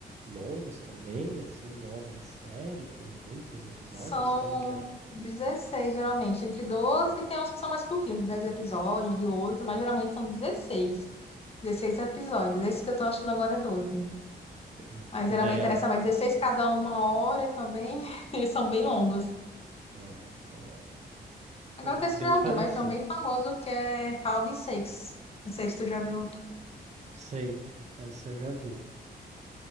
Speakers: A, on the right; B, on the left.
A: longos também, assim, igual uma série, tem muitos episódios,
B: São
A: como que é?
B: 16 geralmente, entre 12 e tem uns que são mais curtinhos, de 10 episódios, de oito mas geralmente são dezesseis 16 episódios. Esse que eu tô achando agora é doze
A: Hum.
B: Aí
A: E
B: geralmente
A: daí,
B: interessa
A: a-
B: mais dezesseis cada um uma hora também. <laughs> Eles são bem longos.
A: ah, então é
B: Agora
A: É
B: que
A: bem
B: você já
A: parecido.
B: ouviu, mas tem um bem famoso que é Round Six Não sei se tu já viu
A: Sei, essa eu já vi.